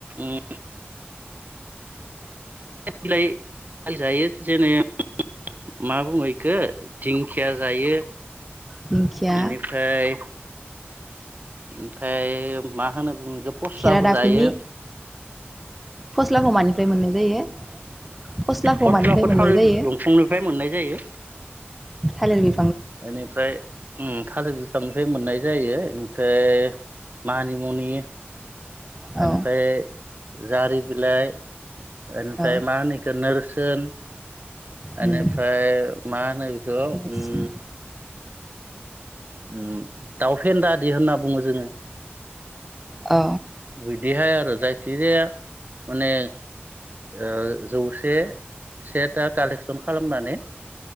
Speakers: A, on the right (about 45°); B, in the centre.
A: ओम बिलाइ जायो जेने - मा बुङो बेखौ दिंखिया जायो।
B: दिंखिया
A: बेनिफ्राय ओमफाय मा होनो बुङो बे फस्लाबो
B: खेरादाफिनि
A: जायो।
B: फस्लाखौ मानिफ्राय मोननाय जायो। फस्लाखौ
A: फस्लाफोर
B: मानिफ्राय मोननाय
A: थालिर
B: जायो
A: दंफांनिफ्राय मोननाय जायो।
B: थालिर बि
A: इनिफ्राय ओम थालिर बि फांनिफ्राय मोननाय जायो। ओमफ्राय मानिमनि
B: औ
A: ओ इनिफ्राय जारि बिलाइ एनिफ्राय
B: औ
A: मा होनो इखो नोरस सोन।
B: उम
A: एनिफ्राय मा होनो बेखौ ओम
B: नोरसिं
A: ओम दाउ फेन्दा दि होनना बु बुङो जोङो
B: औ।
A: बिदिहाय आरो जायखिजाया माने ओ जौसे सेथा कालेकसन खालामनानै